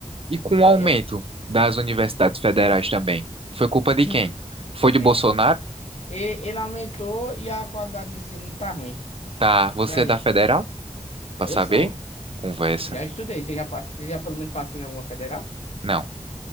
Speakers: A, on the right; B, on the left.
A: E com o aumento
B: E É.
A: das universidades federais também, foi culpa de
B: <laughs>
A: quem? Foi de
B: É,
A: Bolsonaro?
B: e- Ele aumentou e a qualidade de ensino tá ruim.
A: Tá, você
B: E aí?
A: é da federal? Pra
B: Eu
A: saber?
B: sou.
A: Conversa.
B: Já estudei. Você já, passou, você já pelo menos passou em alguma federal?
A: Não.